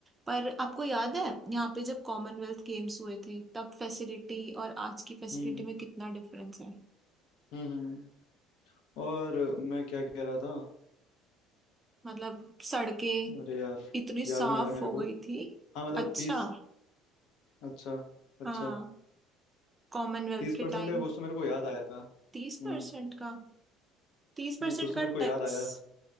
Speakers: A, on the right; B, on the left.
A: पर आपको याद है यहाँ पे जब कॉमनवेल्थ गेम्स हुए थे तब फैसिलिटी और आज की फैसिलिटी
B: हम्म
A: में कितना डिफरेंस है
B: हम्म हम्म। और मैं क्या कह रहा था
A: मतलब सड़कें
B: अरे यार
A: इतनी साफ
B: याद नहीं आ रहा मेरे
A: हो गई
B: को
A: थी
B: हाँ मतलब
A: अच्छा
B: तीस अच्छा अच्छा
A: हाँ कॉमनवेल्थ
B: तीस
A: के
B: परसेंट
A: टाइम
B: का कुछ तो मेरे को याद आया था
A: तीस
B: हम्म
A: परसेंट का तीस परसेंट
B: नहीं कुछ
A: का
B: तो मेरे को
A: टैक्स
B: याद आया